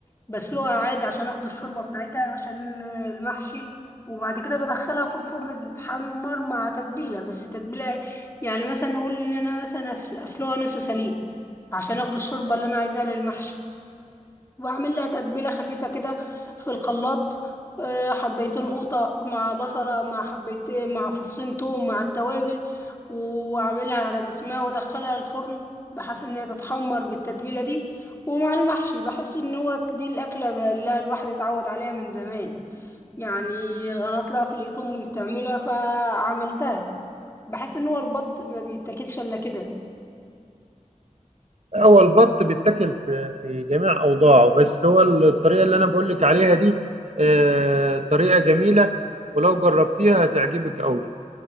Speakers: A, on the left; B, on the right.
A: بسلقها عادي عشان اخد الشوربه بتاعتها عشان المحشي وبعد كده بدخلها في الفرن تتحمر مع تتبيله بس تتبيله يعني مثلا نقول ان انا مثلا أس- اسلقها نص سليق عشان اخد الشوربه اللي انا عايزاها للمحشي واعمل لها تتبيله خفيفه كده في الخلاط آه، حبيتين قوطه مع بصله مع حبيت مع فصين توم مع التوابل واعملها على جسمها وادخلها الفرن بحيث ان هي تتحمر بالتتبيله دي ومع المحشي بحس ان هو دي الاكله اللي الواحد اتعود عليها من زمان يعني انا طلعت لقيت امي بتعملها فعملتها بحس ان هو البط ما بيتاكلش الا كده
B: هو البط بيتاكل في في جميع اوضاعه بس هو الطريقه اللي انا بقول لك عليها دي آه، طريقه جميله ولو جربتيها هتعجبك قوي